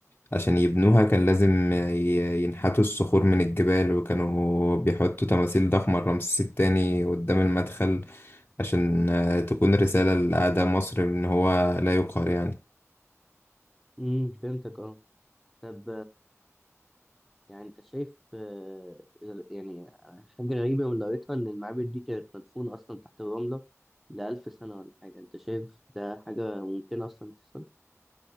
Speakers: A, on the left (about 35°); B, in the centre.
A: عشان يبنوها كان لازم آه، ي- ينحتوا الصخور من الجبال وكانوا بيحطوا تماثيل ضخمة لرمسيس التاني قدام المدخل عشان آه، تكون الرسالة لأعداء مصر إن هو لا يقهر يعني
B: امم فهمتك اه طب يعني انت شايف آه، يعني حاجة غريبة من قريتها ان المعابد دي كانت مدفونة اصلا تحت الرملة لألف سنة ولا حاجة انت شايف ده حاجة ممكنة اصلا تحصل؟